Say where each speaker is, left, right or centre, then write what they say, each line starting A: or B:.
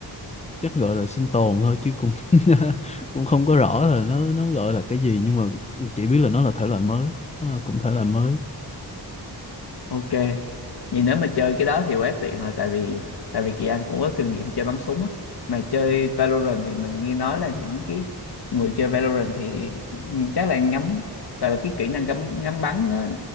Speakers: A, on the left; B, on the left.
A: chắc gọi là sinh tồn thôi chứ cũng <laughs> cũng không có rõ là nó nó gọi là cái gì nhưng mà chỉ biết là nó là thể loại mới nó là cũng thể loại mới
B: ok vậy nếu mà chơi cái đó thì quá tiện rồi tại vì tại vì Kỳ Anh cũng có kinh nghiệm chơi bắn súng á mà chơi Valorant thì mình nghe nói là những cái người chơi Valorant thì ừ, chắc là ngắm gọi là cái kỹ năng ngắm ngắm bắn nó